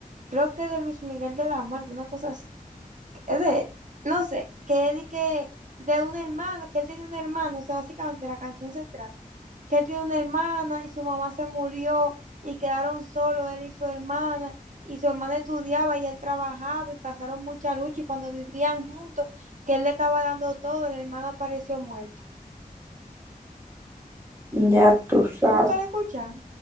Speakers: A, on the right; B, on the right.
A: creo que de Luis Miguel de la Mar, una cosa así. Es de, no sé, que él de, que de una hermana, que él tenía una hermana, o sea, básicamente la canción se trata, que él tiene una hermana y su mamá se murió y quedaron solos él y su hermana, y su hermana estudiaba y él trabajaba y pasaron mucha lucha y cuando vivían juntos, que él le estaba dando todo, la hermana apareció muerta.
B: Ya tú sabes.
A: Nunca la he escuchado.